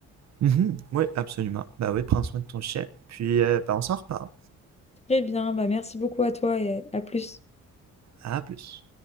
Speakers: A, on the right; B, on the left.
A: Mhm. Oui, absolument. Bah oui, prends soin de ton chien. Puis, euh, bah, on s'en reparle.
B: Très bien, bah merci beaucoup à toi et à à plus.
A: À plus.